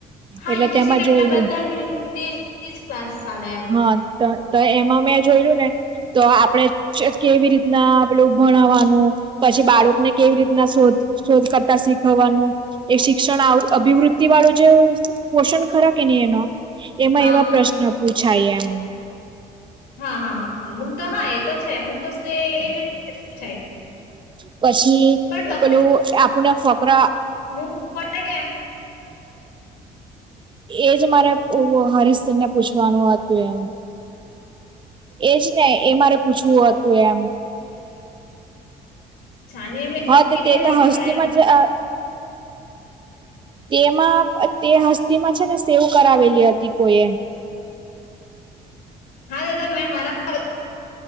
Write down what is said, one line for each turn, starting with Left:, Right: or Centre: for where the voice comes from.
Left: હા
Right: એટલે
Left: યુજીસી
Right: તેમાં
Left: નેટના
Right: જોયલું
Left: બધા હિન્દી હિન્દી જ ક્લાસ ચાલે એમ
Right: હા તો તો એમાં મેં જોયલુ ને તો આપણે કેવી રીત હા પેલું આપણુ ભણવવાનું, પછી બાળકને કેવી રીતના શોધ શોધ કરતા શીખવવાનું એ શિક્ષણ આ અભિવૃતિવાળું જે પોષણ ખરા કે ની એનો એમાં
Left: હા
Right: એવા પ્રશ્ન પૂછાય એમ
Left: હા હા હા અમુક તો હા એ તો છે અમુક વસ્તુ એ એટલે એલે પૂછાય
Right: પછી
Left: પણ
Right: પેલું આપણે ફકરા
Left: ક માટે કેમ?
Right: એજ મારે હરીશને પૂછવાનું હતું એમ એજ ને એ મારે પૂછવું હતું એમ
Left: છાની એમે બુક
Right: હા તે
Left: કીધેલી
Right: તે તો હસ્તીમાં
Left: પણ એમ
Right: જ અ <unintelligible> <inaudible> તેમાં તે હસ્તીમાં છે ને સેવ કરાવેલી હતી કોઈ એ
Left: હા એતો મે મારા <unintelligible>